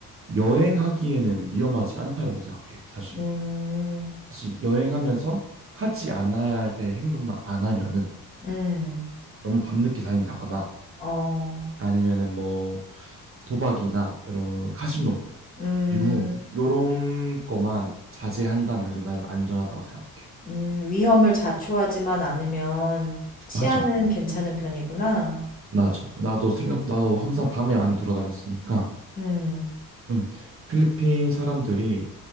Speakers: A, on the right; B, on the left.
A: 여행하기에는 위험하지 않다라고 생각해, 사실.
B: 음.
A: 사실 여행하면서 하지 않아야 할 때 행동만 안 하면은
B: 음.
A: 너무 밤늦게 다닌다거나
B: 어.
A: 아니면은 뭐 도박이나 이런 카지노,
B: 음.
A: 유흥 요런 거만 자제한다면은 나는 안전하다고 생각해.
B: 음. 위험을 자초하지만 않으면 치안은
A: 맞아.
B: 괜찮은 편이구나.
A: 맞아. 나도 생각 나도 항상 밤에 많이 돌아다녔으니까.
B: 음.
A: 응. 필리핀 사람들이